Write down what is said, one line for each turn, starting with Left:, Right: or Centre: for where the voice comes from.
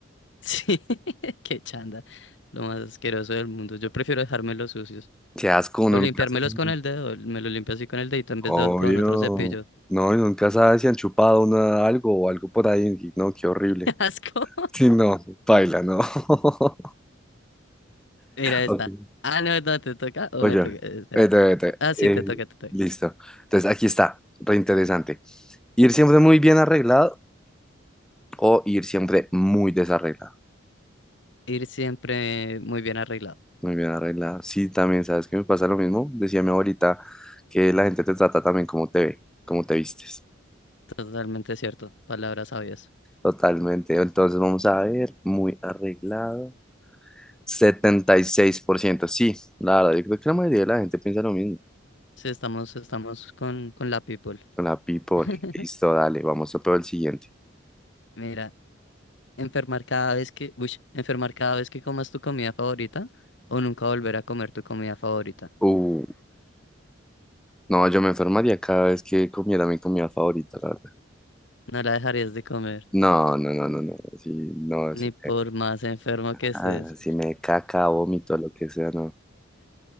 Left: Sí, <laughs> qué chanda. Lo más asqueroso del mundo. Yo prefiero dejarme los sucios.
Centre: Qué asco, uno
Left: O limpiármelos
Centre: nunca sabe.
Left: con el dedo. Me lo limpio así con el dedito en
Centre: Obvio.
Left: vez de con otro cepillo.
Centre: No, y nunca sabe si han chupado uno algo o algo por ahí. y No, qué horrible.
Left: <laughs> Asco.
Centre: Sí, no, baila, no. <laughs>
Left: Mira esta.
Centre: Ok.
Left: Ah, no, no, te toca o
Centre: Oye,
Left: me toca. Eh, Espera.
Centre: vete, vete.
Left: Ah, sí,
Centre: Eh,
Left: te toca, te toca.
Centre: listo. Entonces, aquí está, reinteresante. Ir siempre muy bien arreglado o ir siempre muy desarreglada,
Left: Ir siempre muy bien arreglado.
Centre: muy bien arreglada. Sí, también, ¿sabes qué me pasa lo mismo? Decía mi abuelita que la gente te trata también como te ve, como te vistes.
Left: Totalmente cierto, palabras sabias.
Centre: Totalmente. Entonces vamos a ver, muy arreglado. setenta y seis por ciento sí, la verdad, yo creo que la mayoría de la gente piensa lo mismo.
Left: Sí, estamos, estamos con, con la people.
Centre: La people,
Left: <laughs>
Centre: listo, dale, vamos a probar el siguiente.
Left: Mira, enfermar cada vez que, uy, enfermar cada vez que comas tu comida favorita o nunca volver a comer tu comida favorita.
Centre: Uh, no, yo me enfermaría cada vez que comiera mi comida favorita, la verdad.
Left: No la dejarías de comer,
Centre: No, no, no, no, no, sí, no,
Left: ni
Centre: sí,
Left: por más enfermo que estés,
Centre: Ah, si me caca, vómito, lo que sea, no.